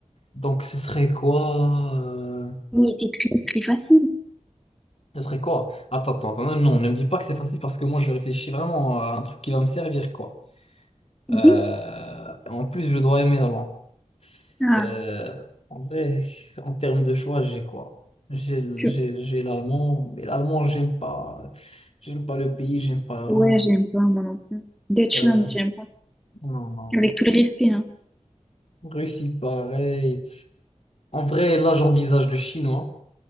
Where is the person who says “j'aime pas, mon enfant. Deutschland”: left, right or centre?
Centre